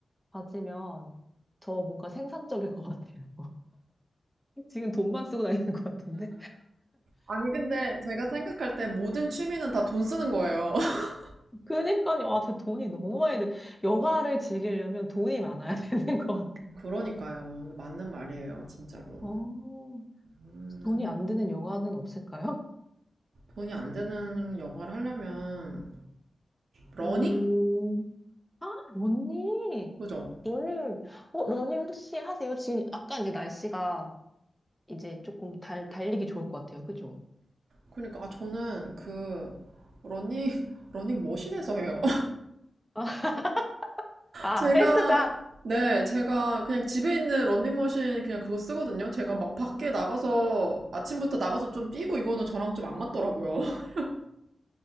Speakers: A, in the centre; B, on the right.
A: 가지면 저 뭔가 생산적일 것 같아요. <laughs> 지금 돈만 쓰고 다니는 것 같은데.
B: 아니, 근데 제가 생각할 때 모든 취미는 다 돈 쓰는 거예요. <laughs>
A: 그러니까요. 아, 저 돈이 너무 많이 들. 여가를 즐기려면 돈이 많아야 <laughs> 되는 것 같아요.
B: 그러니까요. 맞는 말이에요, 진짜로.
A: 어,
B: 음,
A: 돈이 안 드는 여가는 없을까요?
B: 돈이 안 되는 영화를 하려면, 러닝?
A: 음, 아, 러닝.
B: 그죠?
A: 러닝. 어, 러닝 혹시 하세요? 지금 약간 이제 날씨가 이제 조금 달, 달리기 좋을 것 같아요. 그죠?
B: 그러니까, 아, 저는 그, 러닝, <laughs> 러닝 머신에서 해요.
A: <laughs> 아,
B: 제가,
A: 헬스장.
B: 네, 제가 그냥 집에 있는 런닝머신 그냥 그거 쓰거든요. 제가 막 밖에 나가서 아침부터 나가서 좀 뛰고 이거는 저랑 좀 안 맞더라고요. <laughs>